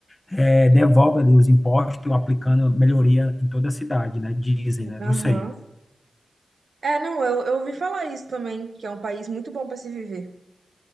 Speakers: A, on the left; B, on the right.
A: é, devolve ali os impostos, aplicando melhoria em toda a cidade, né? Dizem, né?
B: Aham.
A: Não sei.
B: É, não, eu, eu ouvi falar isso também, que é um país muito bom pra se viver.